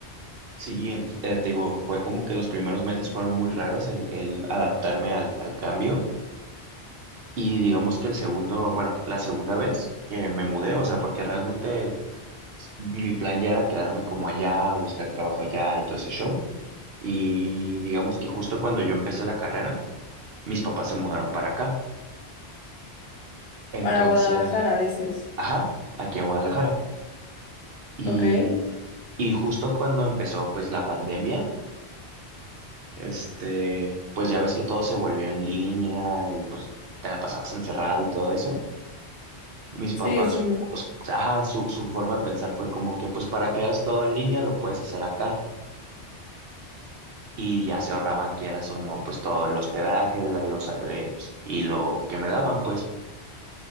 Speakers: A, on the right; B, on the left.
A: Sí, ent- eh, te digo, fue como que los primeros meses fueron muy raros el, el adaptarme al, al cambio y digamos que el segundo, bueno, la segunda vez que me mudé, o sea, porque realmente mi plan ya era quedarme como allá, buscar trabajo allá y todo ese show. Y digamos que justo cuando yo empecé la carrera, mis papás se mudaron para acá. Entonces,
B: Para Guadalajara, dices.
A: ajá, aquí a Guadalajara. Y,
B: Ok.
A: y justo cuando empezó pues la pandemia. Este, pues ya ves que todo se volvió en línea y pues te la pasabas encerrado y todo eso. Mis papás,
B: Sí, sí.
A: pues, ajá, su, su forma de pensar fue como que pues para que hagas todo en línea lo puedes hacer acá. Y ya se ahorraban, quieras o no, pues todo el hospedaje, la- los, ale- y lo que me daban, pues.